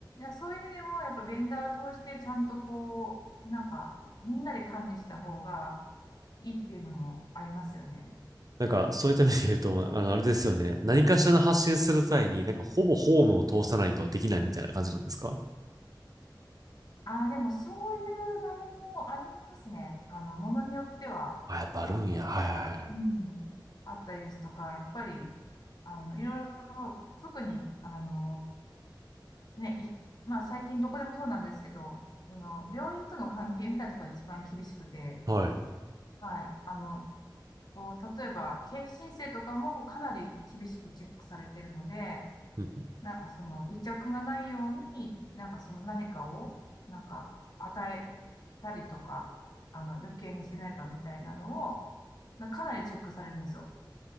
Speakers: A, on the left (about 55°); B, on the right (about 50°).
A: でそういう意味でも、やっぱベンダーを通してちゃんとこう、なんか、みんなで管理した方がいいっていうのもありますよね。
B: なんか、そういった意味で言うと、まああの、あれですよね。何かしらの発信する際に、なんか、ほぼホームを通さないとできないみたいな感じなんですか
A: ああ、でもそういう場合もありますね。あの、ものによっては、
B: あ、やっぱあるんや。
A: なんかこう、
B: はいはい
A: うん、あったりですとか、やっぱり、あの、いろいろ、特に、あの、ね、い、まあ最近どこでもそうなんですけど、その、病院との関係みたいなところが一番厳しくて、
B: はい。はい。
A: はい、あの、こう、例えば、経費申請とかもかなり厳しくチェックされてるので、
B: うん
A: なんかその癒着がないように、なんかその何かを、なんか与えたりとか、あの、余計にしてないかみたいなのを、なかなりチェックされるんですよ。